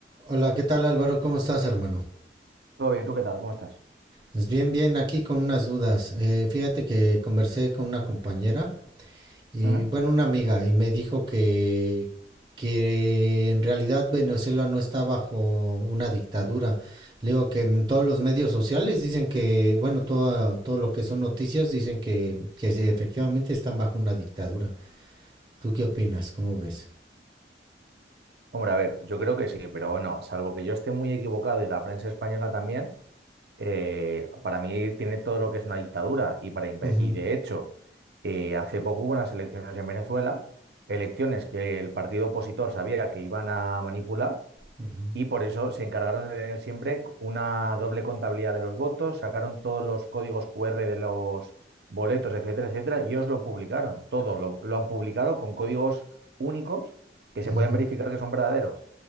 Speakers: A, on the right; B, on the right.
A: Hola, ¿qué tal Álvaro? ¿Cómo estás, hermano?
B: Todo bien, ¿tú qué tal? ¿Cómo estás?
A: Pues bien, bien, aquí con unas dudas. Eh, fíjate que conversé con una compañera y,
B: ¿Mm?
A: bueno, una amiga y me dijo que, que en realidad Venezuela no está bajo una dictadura. Le digo que en todos los medios sociales dicen que, bueno, todo, todo lo que son noticias dicen que, que sí, efectivamente están bajo una dictadura. ¿Tú qué opinas? ¿Cómo ves?
B: Hombre, a ver, yo creo que sí, pero bueno, salvo que yo esté muy equivocado y la prensa española también, eh, para mí tiene todo lo que es una dictadura y, para impe-
A: Ujú,
B: y de hecho, eh, hace poco hubo unas elecciones en Venezuela, elecciones que el partido opositor sabía que iban a manipular
A: ujú,
B: y por eso se encargaron de tener siempre una doble contabilidad de los votos, sacaron todos los códigos QR de los boletos, etcétera, etcétera, y os lo publicaron. Todo lo, lo han publicado con códigos únicos que se
A: ujú.
B: pueden verificar que son verdaderos.